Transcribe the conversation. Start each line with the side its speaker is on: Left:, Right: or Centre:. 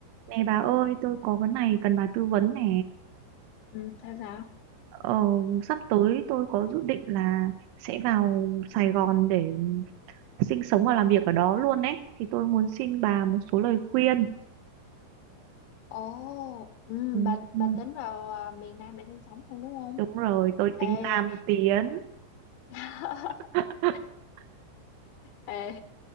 Right: Nè bà ơi, tôi có cái này cần bà tư vấn nè.
Left: Ừ, sao sao?
Right: Ờ, sắp tới tôi có dự định là sẽ vào Sài Gòn để sinh sống và làm việc ở đó luôn đấy. Thì tôi muốn xin bà một số lời khuyên.
Left: Ồ, ừ,
Right: Ừ.
Left: bà
Right: ừ,
Left: bà tính vào à, miền Nam để sinh sống không đúng không?
Right: Đúng rồi, tôi
Left: Ê,
Right: tính Nam tiến.
Left: <laughs>
Right: <laughs>
Left: ê,